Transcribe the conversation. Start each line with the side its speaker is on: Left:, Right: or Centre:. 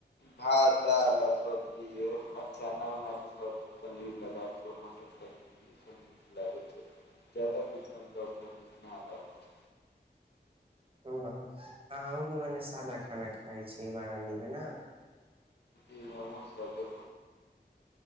Left: भात दाल सब्जी ये अच्छा आ चन्ना उना के सब्जी पनीर लगा के सब नीक लागे छै ज्यदा कुछ हमरा नीक ने लगे छै
Right: चलू अहुके मने सादा खाना खाइ छी बड़ा नीक नऽ
Left: ई नामर श्रध।